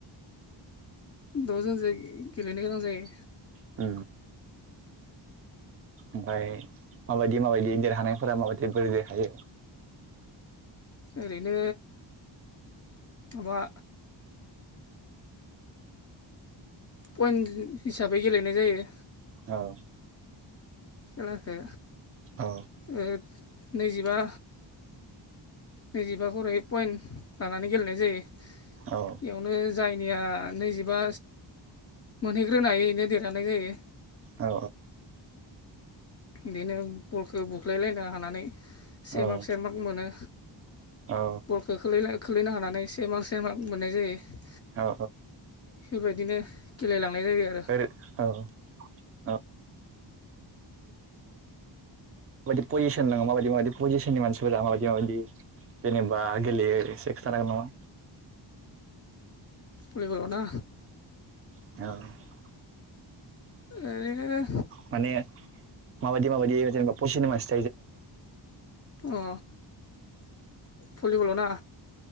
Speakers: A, on the left; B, on the right.
A: द'जनजों गेलेनो गोनां जायो।
B: ओ ओमफ्राय माबायदि माबायदि देरहानायफोरा माबायदि बोरैजाय थायो।
A: ओरैनो माबा पइन्ट हिसाबै गेलेनाय जायो।
B: औ
A: खेलाखो
B: औ
A: ओ नैजिबा नैजिबा खरै पइन्ट लानानै गेलेनाय जायो।
B: औ
A: बेयावनो जायनिया नैजिबा मोनहैग्रोनो हायो बेनो देरहानाय जायो।
B: औ
A: इदिनो बलखो बुख्लायलायनो हानानै से
B: औ
A: मार्क सेेर मार्क मोनो।
B: औ
A: बलखो खोलैलाय खोलैनो हानानै से मार्क से मार्क मोननाय जायो।
B: औ
A: फोरबायदिनो गेलेलांनाय जायो आरो
B: ओरै औ औ बायदि पजिसन दोङो माबायदि-माबायदि पजिसननि मानसिफोरा माबायदि-माबायदि जेनेबा गेलेयो से खोथानो हागोन नामा
A: भलिबलाव ना
B: औ
A: ओरैनो
B: माने माबायदि-माबायदि जेनेबा पजिसननि मासि
A: अ भलिबलाव ना